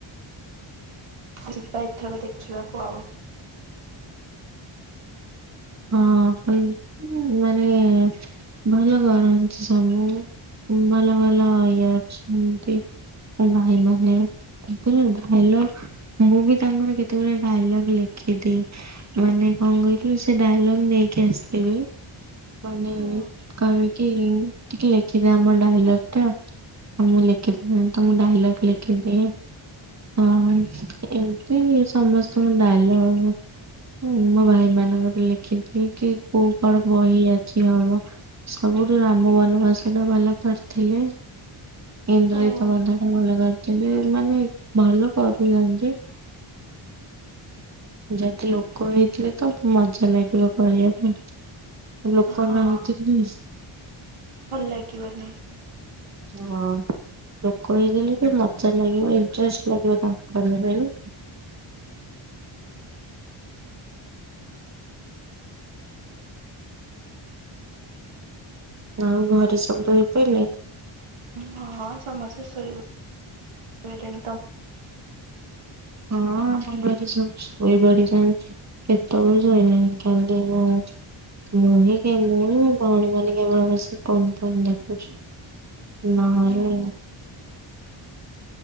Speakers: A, on the right; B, on the right.
A: ଯିବା ଏଥରକ ଦେଖିବାକୁ ଆଉ
B: ହଁ ପ ମାନେ ଭଲ କରନ୍ତି ସବୁ ଭଲ ଭଲ ଇଏ ଅଛନ୍ତି। ଭାଇ ମାନେ କହୁଥିଲେ ଡାଇଲଗ ମୁଁ ବି ତାଙ୍କର କେତେ ବେଳେ ଡାଇଲଗ ଲେଖିଦିଏ ମାନେ କଣ କହିଲୁ ସେ ସେ ଡାଇଲଗ୍ ନେଇକି ଆସିଥିବେ ମାନେ
A: ହୁଁ
B: କହିବେ କି ଟିକେ ଲେଖିଦେ ଆମ ଡାଇଲଗ ଟା ମୁଁ ଲେଖିଥିଲି ତ ମୁଁ ଡାଇଲଗ ଲେଖିଦିଏ ହଁ ଏମିତି ସମସ୍ତଙ୍କ ଡାଇଲଗ ହଁ ମୋ ଭାଇ ମାନଙ୍କରେ ଲେଖିଛି କି କୋଉ କଣ ବହି ଅଛି ହବ ସବୁରୁୁ ରାମ ବନବାସ ଟା ଭଲ କରିଥିଲି ଇନ୍ଦ୍ରଜିତ
A: ହୁଁ।
B: ବଧ। ଭଲ କରିଥିଲେ। ମାନେ ଭଲ କରୁଛନ୍ତି ଯଦି ଲୋକ ହେଇଥିବେ ତ ମଜା ତ ଲାଗିବ ପରିବା ପାଇଁ ଲୋକ
A: ହଁ
B: ନ ହେଇଥିଲେ
A: ଭଲ ଲାଗିବନି।
B: ହଁ। ଲୋକ ହେଇଗଲେ ଟିକେ ମଜା ଲାଗିବ ଇଣ୍ଟରେଷ୍ଟ ଲାଗିବ ତାଙ୍କୁ କରିବା ପାଇଁ। ଆଉ ଘରେ ସବୁ ରହିପାରିବେ?
A: ହଁ ସମସ୍ତେ ଶୋଇବେ ସୋଇଲେନି ତମ୍
B: ହଁ ଆପଣଙ୍କର ତ ସବୁ ଶୋଇ ପଡିଛନ୍ତି କେତେ ବେଳୁ ଶୋଇଲେଣି ଖାଲି ମୁଁ ମୁଁ ହିଁ କେବଳ ଭୋଉଣୀ ମାନେ କେବଳ ବସି ଫୋନ୍ ଫୋନ୍ ଦେଖୁଛୁ। ନାଇ
A: ଓହୋ